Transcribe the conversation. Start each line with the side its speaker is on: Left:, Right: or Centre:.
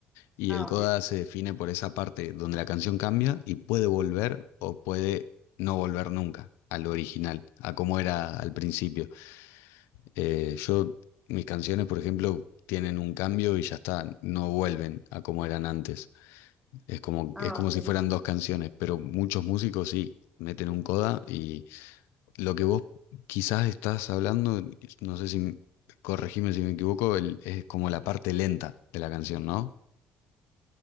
Left: Y
Centre: Ah,
Left: el coda
Centre: ok.
Left: se define por esa parte donde la canción cambia y puede volver o puede no volver nunca al original, a cómo era al principio. Eh, yo, mis canciones, por ejemplo, tienen un cambio y ya está, no vuelven a como eran antes. Es como,
Centre: Ah,
Left: es como
Centre: ok.
Left: si fueran dos canciones, pero muchos músicos sí meten un coda y lo que vos quizás estás hablando, no sé si, corregime si me equivoco, el- es como la parte lenta de la canción, ¿no?